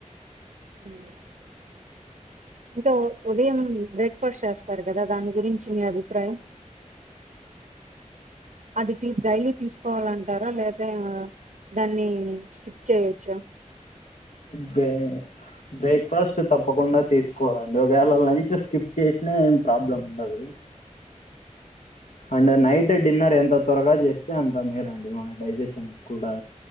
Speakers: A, on the right; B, on the left.
A: <inaudible> ఇంకా ఉదయం బ్రేక్ఫాస్ట్ చేస్తారు కదా దాని గురించి మీ అభిప్రాయం. అది డైలీ తీసుకోవాలంటారా లేదా దాన్ని స్కిప్ చేయొచ్చు
B: బ బ్రేక్ఫాస్ట్ తప్పకుండా తీసుకోవాలండి ఒకవేళ లంచ్ స్కిప్ చేసిన ఏం ప్రాబ్లం ఉండదు అండ్ నైట్ డిన్నర్ ఎంత త్వరగా చేస్తే అంత మేలండి మన డైజెషన్ కూడా